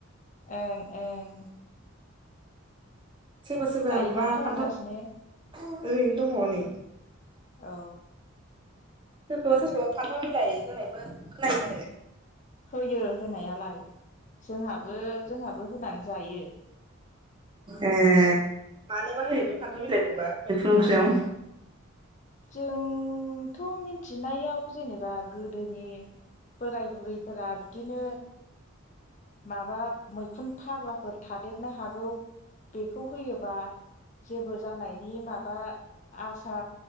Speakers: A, on the left; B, on the right.
A: ओं-ओं।
B: सोरबा-सोरबा
A: दायो
B: माबा
A: मा खालामगासिनो
B: फान्थाव ओरैनो दङ नै।
A: औ।
B: सोरखौबा-सोरखौबा फान्थाव बिलाइ होनायबो खोनायो आङो।
A: होयो होनायालाय जोंहाबो-जोंहाबो होनानै जायो।
B: ए मानोबा होयो बे फान्थाव बिलाइखौबा मैखुन ओंख्रियाव?
A: जों थ' मिथिनायाव जेनेबा गोदोनि बोराय-बुरै फोरा बिदिनो माबा मैखुन फाग्लाफोर थादेरनो हागौ बेखौ होयोबा जेबो जानायनि माबा आसा